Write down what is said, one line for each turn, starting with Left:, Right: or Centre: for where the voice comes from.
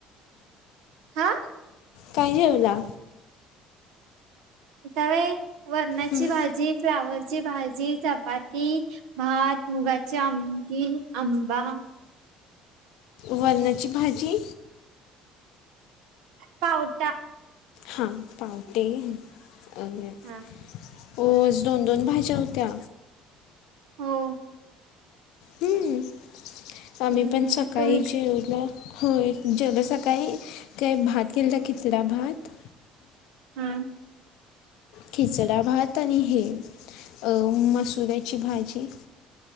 Right: हा.
Left: काय जेवला.
Right: त्यावे वरणाची
Left: हं
Right: भाजी फ्लावर्स. ची भाजी चपाती भात मुगाची आमठी आंबा.
Left: वरणाची भाजी.
Right: पावटा.
Left: हा पावटी आणि.
Right: हा.
Left: हो दोन दोन भाज्या होत्या.
Right: हो.
Left: हं आम्ही
Right: हम्म
Left: पण सकाळी
Right: तुम्ही
Left: जेवलं होय जेवढ सकाळी काही भात. केलता खिचडा भात.
Right: हम्म.
Left: खिचडा भात आणि हे अ मसुऱ्याची भाजी.